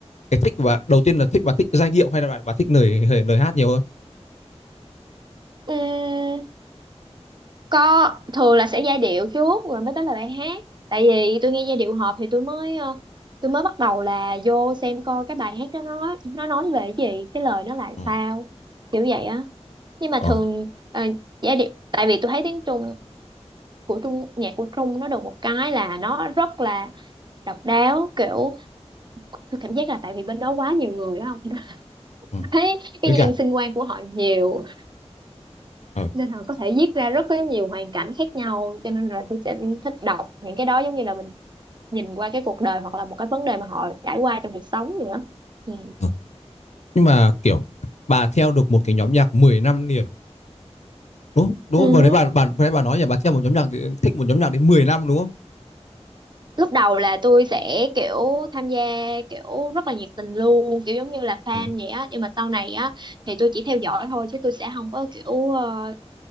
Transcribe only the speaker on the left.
cái thích của bà đầu tiên là thích bà thích giai điệu hay là bà, bà thích lời lời hát nhiều hơn?
Ờ,
ờ,
ờ.
Với
cả
ờ,
ờ. nhưng mà kiểu bà theo được một cái nhóm nhạc 10 năm liền Đúng, đúng
không? Vừa đấy bà bà vừa đấy bà nói nhà bà theo một nhóm nhạc thì thích một nhóm nhạc đến mười năm đúng không?
Ờ,